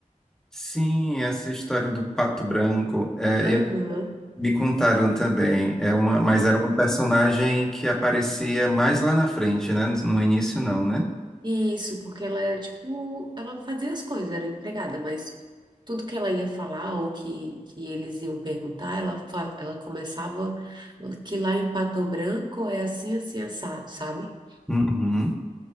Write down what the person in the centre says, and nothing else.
Sim, essa história do Pato Branco. é,
Me contaram também, é uma, mas era uma personagem que aparecia mais lá na frente, né? No início não, né?
Uhum.